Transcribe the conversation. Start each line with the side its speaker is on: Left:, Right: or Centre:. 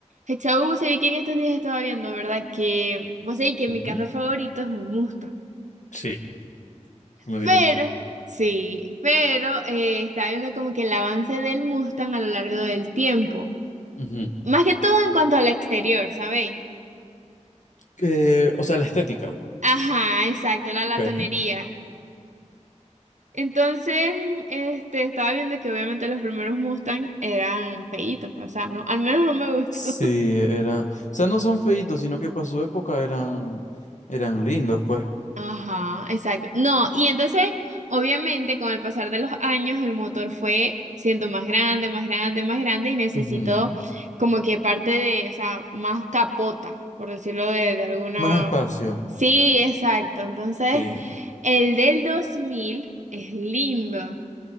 Right: Hechau, se vi que en estos días estaba viendo, ¿verdad? Que vos sabés que mi
Left: Ujú.
Right: carro favorito es un Mustang.
Left: Sí, me
Right: Pero,
Left: dijiste.
Right: sí, pero eh, estaba viendo como que el avance del Mustang a lo largo del tiempo.
Left: Ujú.
Right: Más que todo en cuanto al exterior, ¿sabéis?
Left: Eh, o sea, la estética.
Right: Ajá, exacto, la latonería.
Left: Ok.
Right: Entonces, este, estaba viendo que obviamente los primeros Mustang eran feitos, pues, o sea, no, al menos no me gustó.
Left: Sí, era. O sea, no son feitos, sino que para su época eran, eran lindos, pues.
Right: Ajá, exacto. No, y entonces, obviamente, con el pasar de los años, el motor fue siendo más grande, más grande, más grande y necesitó
Left: Ujú.
Right: como que parte de, o sea, más capota, por decirlo de, de alguna...
Left: Más espacio.
Right: Sí, exacto. Entonces,
Left: Sí.
Right: el del 2000 es lindo,